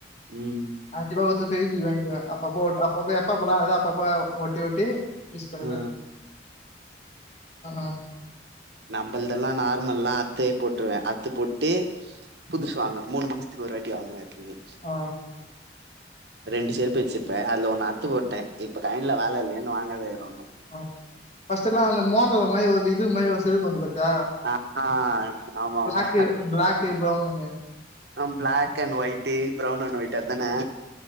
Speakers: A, on the right (about 65°); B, on the left (about 40°).
A: உம்
B: அஞ்சிரூபா கூடுத்து பேவீகூக் வாங்கிடுவ அப்பப்ப அப்பப்ப எப்பாப்போ அறுதோ அப்பப்ப ஒட்டிஓட்டி யூஸ் பண்ணுறது
A: ஆ.
B: ஆ அ
A: நம்மதெல்லா நார்மல்லா அர்த்தே போட்டுருவே அர்த்து போட்டு புதுசுவாங்க மூணு ம ன்த்கு ஒரு வாட்டி வாங்க ஏப்புமே
B: ஆ
A: ரெண்டு செருப்பு வச்சிருப்பே அதுல ஒண்ணு அர்த்து போட்டே இப்ப கையல வேல இல்லையன்னு வாங்காத இருக்க இன்னோ
B: ம் ஃபர்ஸ்ட் எல்லா அந்த மோந்தர மாரி இது மாரி ஓரு செருப்பு வந்து பாத் தியா
A: ஆ ஆ ஆமாமா.
B: ப்ளக்கு ப்ளக்கு ப்ரவுன்னு
A: ஆ black and white brown and white அதானே